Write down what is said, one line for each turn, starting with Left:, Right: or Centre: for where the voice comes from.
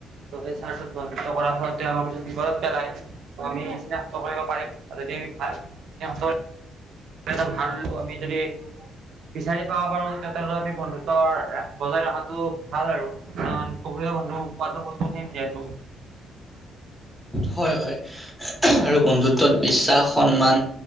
Right: ত' সেই স্বাৰ্থত যদি বন্ধুত্ব কৰাৰ ফলত আমাক যদি বিপদত পেলায়। ত' আমি চিনাক্ত কৰিব পাৰিম, আৰু যদি আমি ভাল চিনাক্ত- কৰি ভাল আমি যদি- বিচাৰি পাব পাৰো তেন্তে লৈ আমি বন্ধুত্ব বজাই ৰখাটো ভাল আৰু। কাৰণ প্ৰকৃত বন্ধ পোৱাটো বহুত কঠিন যিহেতু।
Centre: হয়, হয়, আৰু বন্ধুত বিশ্বাস, সন্মান